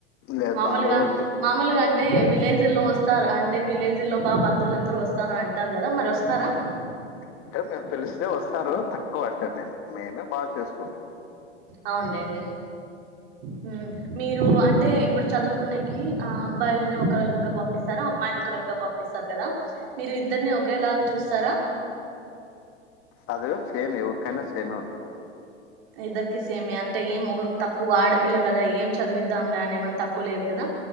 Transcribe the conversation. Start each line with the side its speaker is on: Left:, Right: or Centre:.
Left: లేదు బంధువులే
Right: మలుగా
Left: పిల్
Right: మామలుగాంటే విలేజ్లో వస్తారు అంటే వ విలేజ్లలో బాగా బంధువులుందరూ వస్తామని అంటారు కదా మరి వస్తారా
Left: అంటే మేము పిలిస్తే వస్తారు తక్కువ అంటే మేము మేమే బాగా చేసుకుంటాం
Right: అవునులేండి హు మీరు అంటే ఇప్పుడు చదువుకునేకి అబ్బాయిలని ఒక రకంగా పంపిస్తారు అమ్మాయిని ఒక రకంగా పంపిస్తారు కదా మీరు ఇద్దరిని ఒకేలాగ చూస్తారా
Left: చదివేం సేమ్ ఎవరికైనా సేమే ఉంటుంది
Right: ఇద్దరికి సేమే అం ఏం ఒకరి తక్కువ ఆడపిల్ల కదా ఏం చదివిద్దాం లే అని ఏమన్నా తక్కువ లేదు కదా